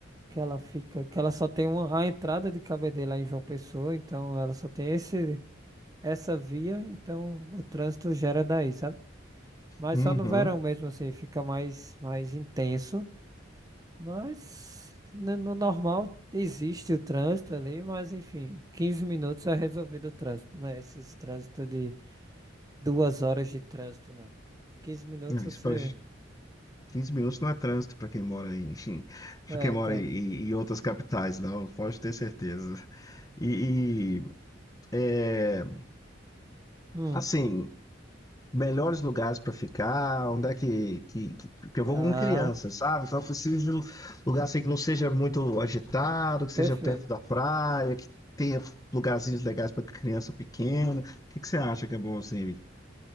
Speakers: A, on the right; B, on the left.
A: que ela fica, que ela só tem uma, a entrada de Cabedelo é em João Pessoa, então ela só tem esse essa via, então o trânsito gera daí, sabe? Mas
B: Uhum.
A: só no verão mesmo, assim, fica mais, mais intenso. Mas no, no normal existe o trânsito ali, mas enfim, 15 minutos é resolvido o trânsito, né? Esses trânsito de duas horas de trânsito, não. quinze minutos
B: Ah,
A: você.
B: isso pra- 15 minutos não é trânsito para quem mora em, <laughs>
A: É,
B: para quem
A: então.
B: mora em, em outras capitais, não, pode ter certeza. E,
A: Hum.
B: e, é,
A: Hum,
B: assim, melhores lugares para ficar, onde é que, que, que, que eu
A: tá.
B: vou com criança, sabe? Então eu preciso de um lugar assim que não seja muito agitado, que
A: Perfeito.
B: seja perto da praia, que tenha lugarzinhos legais para criança pequena. O que, que você acha que é bom assim?